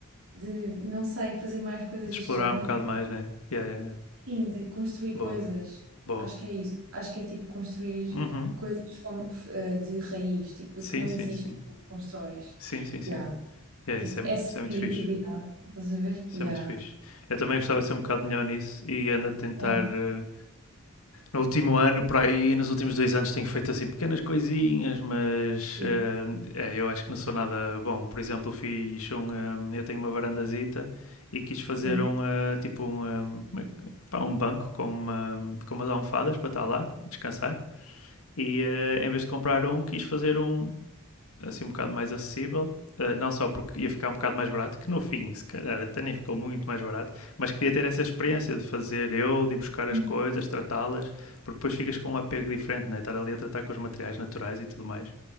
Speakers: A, on the right (about 70°); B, on the left (about 75°).
A: de, não sei, fazer mais coisas
B: Explorar
A: deste género.
B: um bocado mais, né? Yeah, yeah, yeah.
A: Sim, de construir
B: Boa,
A: coisas.
B: boa.
A: Acho que é isso. Acho que é tipo construir
B: Uhum.
A: coisas fom- f- eh, de raiz, tipo,
B: Sim,
A: que não
B: sim,
A: existe,
B: sim.
A: tu constróis.
B: Sim, sim, sim.
A: Yeah.
B: Yeah,
A: Tipo,
B: isso, é,
A: essa
B: isso é
A: criatividade.
B: muito fixe.
A: Estás a ver?
B: Isso
A: Yeah.
B: é muito fixe. Eu também gostava de ser um bocado melhor nisso e ando a tentar.
A: Yeah.
B: eh, no último ano, por aí, nos últimos dois anos, tenho feito assim pequenas coisinhas, mas
A: Sim.
B: eh, é, eu acho que não sou nada bom. Por exemplo, fiz um. eh, eu tenho uma varandazita e quis fazer
A: Sim.
B: um. eh, tipo um. eh, como é que- pá, um banco com, uma, com umas almofadas para estar lá, descansar. E eh, em vez de comprar um, quis fazer um, assim um bocado mais acessível. Uh, não só porque ia ficar um bocado mais barato, que no fim, se calhar, até nem ficou muito mais barato, mas queria ter essa experiência de fazer eu, de ir buscar as
A: Sim.
B: coisas, tratá-las, porque depois ficas com um apego diferente, né? Estar ali a tratar com os materiais naturais e tudo mais.